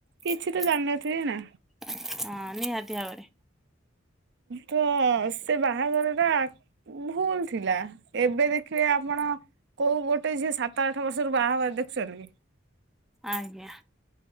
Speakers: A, on the right; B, in the centre.
A: କିଛି
B: ହଁ,
A: ତ ଜାଣିନଥିବେ ନା।
B: ନିହାତି ଭାବରେ।
A: ତ ସେ ବାହାଘର ଟା ଭୁଲ ଥିଲା। ଏବେ ଦେଖିବେ ଆପଣ କୋଉ ଗୋଟେ ଝିଏ ସାତ ଆଠ ବର୍ଷରୁ ବାହାଘର ହବାର ଦେଖୁଛନ୍ତି କି?
B: ଆଜ୍ଞା।